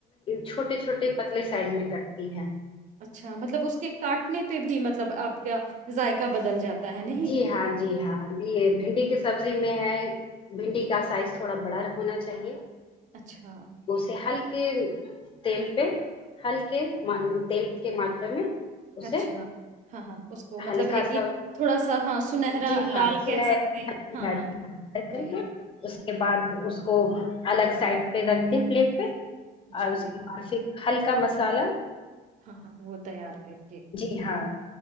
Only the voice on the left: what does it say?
چھوٹے چھوٹے پتلے سائڈ میں کرتی ہیں
جی ہاں جی ہاں یہ بھنڈی کی سبزی میں ہے بھنڈی کا سائز تھوڑا بڑا ہونا چاہیے
اسے ہلکا کے تیل پہ ہلکے تیل کے ماترا میں اسے
ہلکا
سا
جی
ہاں س
کر
کے اس کے بعد اس کو الگ سائڈ پہ رکھ د پلیٹ پہ اور
اس
کی بس ہلکا مسالہ
جی ہاں